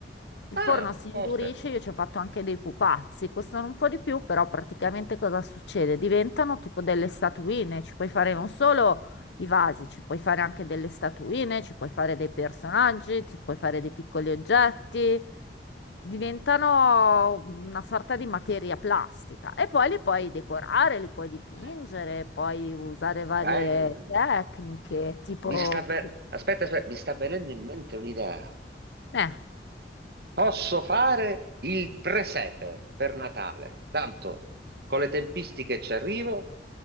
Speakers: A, on the left (about 80°); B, on the right (about 60°).
A: Il
B: Ah,
A: forno si
B: forte.
A: indurisce, io ci ho fatto anche dei pupazzi, costano un po' di più, però praticamente cosa succede? Diventano tipo delle statuine, ci puoi fare non solo i vasi, ci puoi fare anche delle statuine, ci puoi fare dei personaggi, ci puoi fare dei piccoli oggetti, diventano una sorta di materia plastica e poi li puoi decorare, li puoi dipingere,
B: Eh,
A: puoi usare varie
B: Bello.
A: tecniche, tipo...
B: Mi sta ver- Aspetta, aspetta, mi sta venendo in mente un'idea.
A: Eh,
B: Posso fare il presepe per Natale. Tanto con le tempistiche ci arrivo